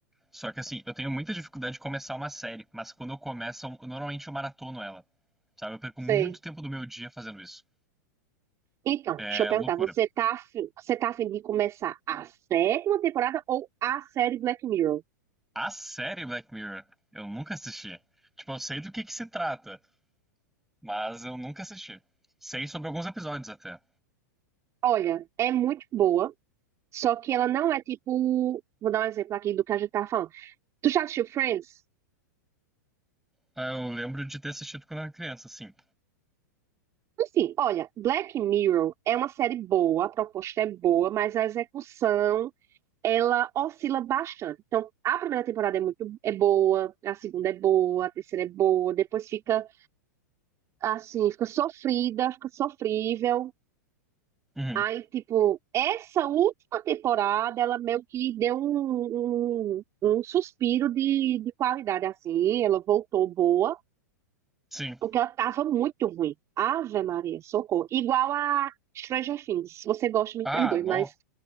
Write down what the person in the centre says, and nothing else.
Só que assim, eu tenho muita dificuldade de começar uma série, mas quando eu começo, eu- normalmente eu maratono ela. Sabe? Eu perco
muito tempo do meu dia fazendo isso.
É
loucura.
A série Black Mirror, eu nunca assisti. Tipo, eu sei do que que se trata, mas eu nunca assisti. Sei sobre alguns episódios até.
Ah, eu lembro de ter assistido quando eu era criança, sim.
Uhum.
Sim.
Ah,
no...